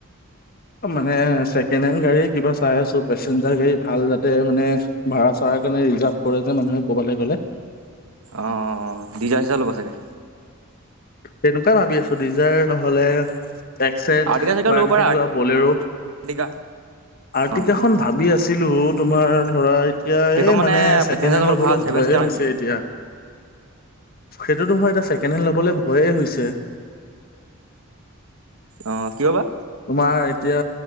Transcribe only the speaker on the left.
মানে ছেকেণ্ড হেণ্ড গাড়ীয়ে কিবা চাই আছো পেচেঞ্জাৰ গাড়ী ভাল যাতে মানে ভাড়া চাৰা। তাৰ কাৰণ এই ৰিজাৰ্ভ কৰে যে মানুহে কবালে গ'লে।
তেনেকুৱাই ভাবি আছো ডিজাৰ নহলে একচেণ্ট
বা
এনেকে
কিবা বলেৰো
আৰ্টিকাখনন
ভাবি আছে ভাবিছিলো তোমাৰ ধৰা এতিয়া
এই মানে ছেকেণ্ড
হেণ্ড
ল'বলৈ
ভয়ে
হৈছে
এতিয়া সেইটোতো হয় এতিয়া ছেকেণ্ড হেণ্ড ল'বলৈ ভয়েই হৈছে
তোমাৰ এতিয়া